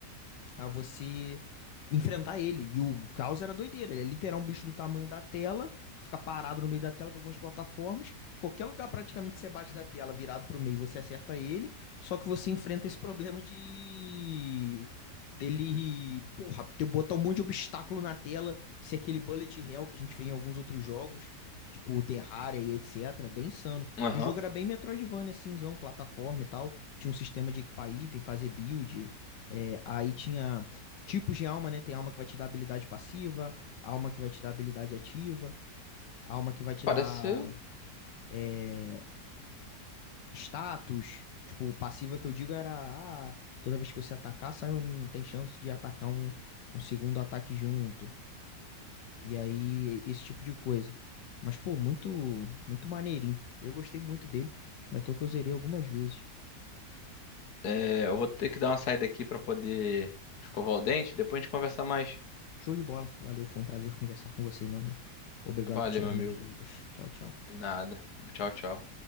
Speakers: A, on the left; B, on the left.
A: a você enfrentar ele. E o caos era doideira. Ele é literal um bicho do tamanho da tela, fica parado no meio da tela com algumas plataformas. Qualquer lugar praticamente você bate da tela, virado pro meio, você acerta ele. Só que você enfrenta esse problema de. Dele, porra, ter botar um monte de obstáculo na tela, ser aquele bullet hell que a gente vê em alguns outros jogos, tipo o Terraria e etc. Bem insano.
B: aham.
A: E o jogo era bem Metroidvania, cinzão, plataforma e tal. Tinha um sistema de equipar item, fazer build. É, aí tinha tipos de alma, né? Tem alma que vai te dar habilidade passiva, alma que vai te dar habilidade ativa, alma que vai te
B: Parece.
A: dar é, status. Tipo, passiva que eu digo era, ah, toda vez que você atacar, sai um, tem chance de atacar um, um segundo ataque junto. E aí, esse tipo de coisa. Mas, pô, muito, muito maneirinho. Eu gostei muito dele. Ainda tô que eu zerei algumas vezes.
B: É, eu vou ter que dar uma saída aqui pra poder escovar o dente. Depois a gente conversa mais.
A: Show de bola. Valeu, foi um prazer conversar com você, meu amigo. Obrigado
B: Valeu,
A: por tirar
B: meu amigo.
A: minhas dúvidas. Tchau, tchau.
B: Nada. Tchau, tchau.